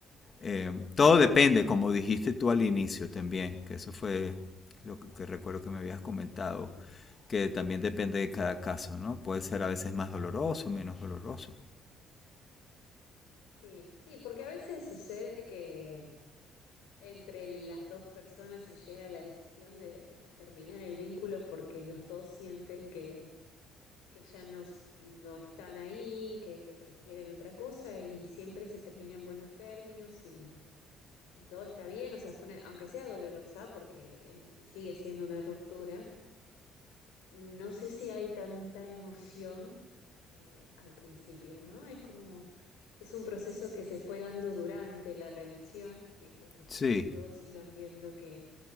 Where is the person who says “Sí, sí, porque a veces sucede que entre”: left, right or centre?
Left